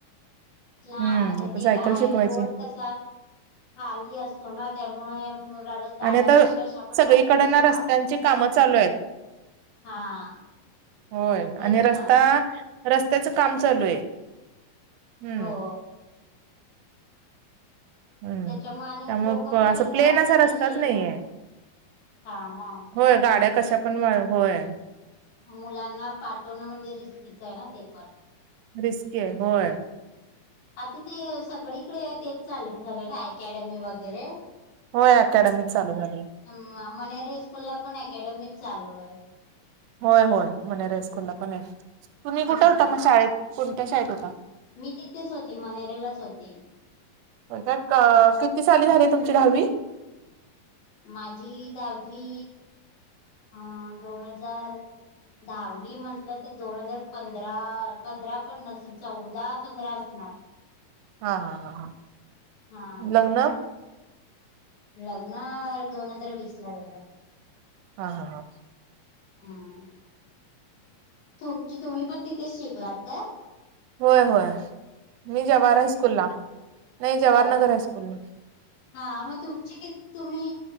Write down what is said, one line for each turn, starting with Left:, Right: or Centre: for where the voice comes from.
Right: हम्म
Left: आणि
Right: आता
Left: ते
Right: सायकल
Left: ह आहे
Right: शिकवायची
Left: रोड कसा. खाली असतो ना त्यामुळे गाड्या
Right: आणि तर
Left: पण कशा पण
Right: सगळीकडन
Left: वाटेल तशा मारतात
Right: रस्त्यांची कामं चालू आहेत.
Left: हा
Right: होय
Left: तेच
Right: आणि रस्ता
Left: ना
Right: रस्त्याच काम चालू आहे हम्म
Left: हो
Right: हम्म
Left: त्याच्यामुळे आणि
Right: त्यामुळे
Left: लोक पण
Right: असं
Left: कस
Right: प्लेन
Left: वाटत
Right: असा
Left: तशे
Right: रस्ताच
Left: आहे
Right: नाहीये
Left: म हा मग.
Right: होय गाड्या कशा पण होय.
Left: मुलांना पाठवणं म्हणजे रिस्कीचं आहे ना ते पण.
Right: रिस्की आहे होय.
Left: आता ते सगळीकडे तेच चालू झालं ना अकॅडमी वगैरे.
Right: हो अकॅडमी चालू झालयं.
Left: हम्म, मनेरे स्कूल ला पण एकॅडमीच चालू आहे.
Right: होय, होय मनेरे स्कुलला पण आहे. तुम्ही
Left: हम्म
Right: कुठे होता मग शाळेत कोणत्या शाळेत होता?
Left: मी तिथेच होती मनेरेलाच होती.
Right: होय काय. किती साली झाली तुमची दहावी?
Left: माझी दहावी ह दोन हजार दहावी म्हटलं तर दोन हजार पंधरा, पंधरा पण नसेल चौदा, पंधरा असणार. <unintelligible>
Right: हा हा हा.
Left: हा
Right: लग्न?
Left: लग्न दोन हजार वीसला झालं.
Right: हा हा ह.
Left: हम्म.. तुमची तुम्ही पण तिथेच शिकलात काय?
Right: होय, होय मी जवाहर हायस्कूल ला नाही जवाहर
Left: जेव्हा
Right: नगर हायस्कूला.
Left: हा मग तुमची कित तुम्ही